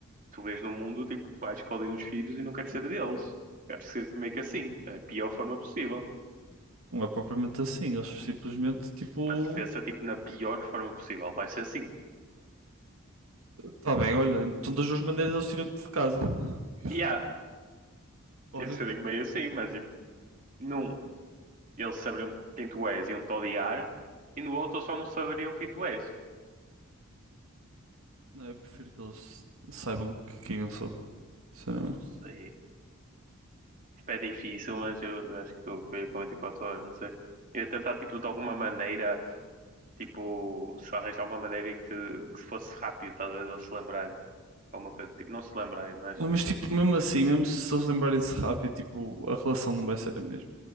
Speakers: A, on the right; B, on the right.
A: tu vês no mundo, tipo, pais que odeiam os filhos e não querem saber deles. Eu acho que seria tipo, meio que assim, da pior forma possível.
B: Não é propriamente assim, eles simplesmente, tipo,
A: Mano, tu pensa, tipo, na pior forma possível, vai ser assim.
B: tá bem, olha, então das duas maneiras eles tiram-te de casa. <laughs>
A: E há,
B: Olha,
A: tem de ser meio assim, mas, tipo, num, eles saberiam quem tu és e iam-te odiar, e no outro eles só não saberiam quem tu és.
B: não, eu prefiro que eles saibam que- quem eu sou, sinceramente.
A: Mano, não sei. Tipo, é difícil, mas eu, eu acho que eu eu ia com 24 horas, não sei. Eu ia tentar, tipo, de alguma maneira, tipo, se arranjar uma maneira que, que se fosse rápido, tá, a ver, de eles se lembrarem. Alguma coisa, tipo, não se lembrarem, mas
B: Mas, tipo, mesmo assim, mesmo se eles lembrarem-se rápido, tipo, a relação não vai ser a mesma.